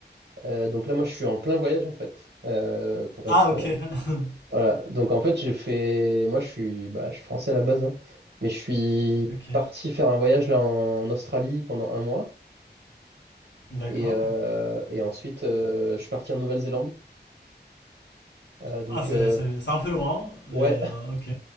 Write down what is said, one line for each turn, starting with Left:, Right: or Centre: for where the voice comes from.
Right: euh, donc là, moi, je suis en plein voyage, en fait, euh, pour
Left: Ah,
Right: être...
Left: ok.
Right: euh,
Left: <laughs>
Right: Voilà, donc en fait j'ai fait, moi je suis, bah, je suis français à la base, hein. mais je suis
Left: Ok,
Right: parti faire un voyage là en Australie pendant un mois
Left: d'accord.
Right: et, euh, et ensuite euh, je suis parti en Nouvelle-Zélande. Euh, donc
Left: Ah, c'est
Right: euh,
Left: c'est- c'est un peu loin, mais
Right: ouais,
Left: euh, ok.